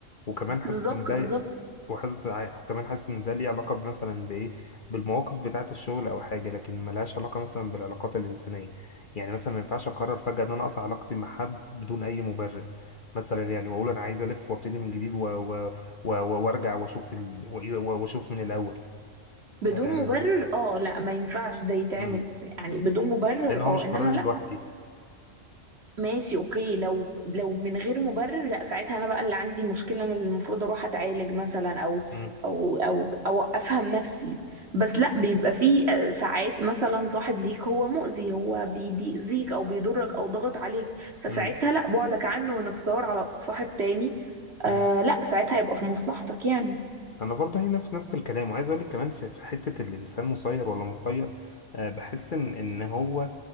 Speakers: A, on the left; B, on the right.
A: وكمان
B: بالظبط
A: حاسس ان ده
B: بالظبط
A: وحاسس ع- وكمان حاسس ان ده ليه علاقة مثلا بايه بالمواقف بتاعة الشغل او حاجة لكن ملهاش علاقة مثلا بالعلاقات الانسانية يعني مثلا ما ينفعش اقرر فجأة ان انا اقطع علاقتي مع حد بدون اي مبرر مثلا يعني واقول انا عايز الف وابتدي من جديد و- و- و- و- وارجع واشوف ال... و- و- واشوف من الاول
B: بدون
A: آه،
B: مبرر اه لا ما ينفعش ده يتعمل
A: مم.
B: يعني بدون مبرر
A: لان هو
B: اه
A: مش
B: انما
A: قرار لوحدي
B: لا ماشي اوكي لو لو من غير مبرر لا ساعتها انا بقى اللي عندي مشكله انا اللي المفروض اروح اتعالج مثلا او
A: مم.
B: او او او افهم نفسي بس لا بيبقى في آه، ساعات مثلا صاحب ليك هو مؤذي هو بي بيأذيك او بيضرك او ضغط عليك فساعتها
A: مم.
B: لا بعدك عنه وانك تدور على صاحب تاني
A: مم.
B: آه لا ساعتها هيبقى في مصلحتك يعني
A: انا برضه هي نفس نفس الكلام وعايز اقول لك كمان في في حته الانسان مسير ولا مخير آه، بحس ان ان هو